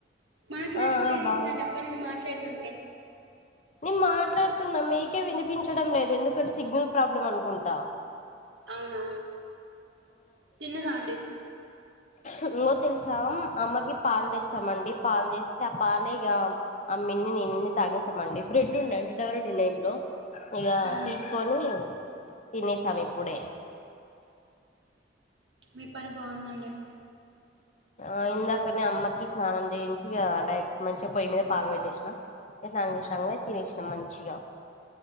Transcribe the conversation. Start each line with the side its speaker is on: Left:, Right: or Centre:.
Right: మాట్లాడట్లేదు
Left: ఆ ఆ బాగున్నా
Right: ఎందుకండి అప్పడి నుండి మాట్లాడుతుంటే?
Left: నేన్ మాట్లాడుతున్న మీకే వినిపించడం లేదు, ఎందుకంటే సిగ్నల్ ప్రాబ్లమ్ అనుకుంటా.
Right: అవునా. తిన్నరా అండి?
Left: ఇంకో తెలుసా అమ్మకి పాలు తెచ్చామండి పాలు తెస్తే ఆ పాలు ఇగా అమ్మిన్ని నేనిన్ని తాగేసామండి. బ్రెడ్ ఉండా అండ్ డవ్రెడ్ ఉండా ఇందులో ఇక
Right: అవును
Left: తీసుకొని తినేసాం ఇప్పుడే.
Right: మీ పని బాగుందండి.
Left: ఆ ఇందాకనే అమ్మకి స్నానం చేయించి ఇగా, డైరెక్ట్ మంచిగ పొయ్యి మీద పాలు పెట్టేసిన. న స్నానం చేసినాంగ పొయ్ తినేసిన మంచిగ